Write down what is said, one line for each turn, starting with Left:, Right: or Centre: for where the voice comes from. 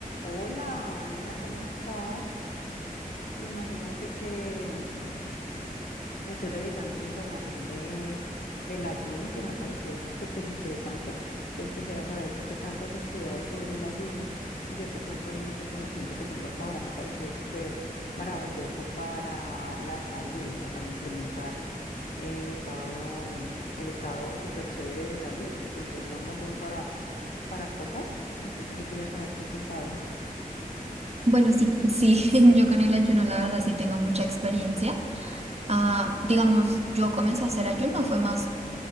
Left: Hola, nena, ¿cómo estás? Imagínate que mm, estoy revisando una información de, del ayuno que me ha parecido súper interesante. Entonces quisiera saber tú qué tanto has estudiado sobre el ayuno y yo te cuento el, el conocimiento que tengo hasta ahora. Me ha parecido súper maravilloso para la salud, o sea, para implementar el estado, el estado súper chévere de salud, que es que ayuda un montón para, para cosas. Entonces yo quería saber tú qué sabes.
Right: Bueno, sí, sí, <laughs> yo con el ayuno, la verdad, sí tengo mucha experiencia. Ah, digamos, yo comencé a hacer ayuno, fue más